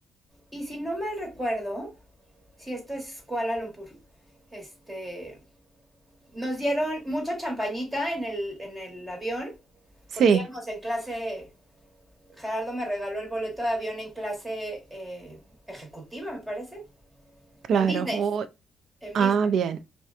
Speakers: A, on the right; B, on the right.
A: Y si no mal recuerdo, si esto es Kuala Lumpur, este, nos dieron mucha champañita en el, en el avión,
B: sí,
A: porque íbamos en clase, Gerardo me regaló el boleto de avión en clase eh, ejecutiva, me parece,
B: claro.
A: en business,
B: O-
A: en
B: ah,
A: business.
B: bien.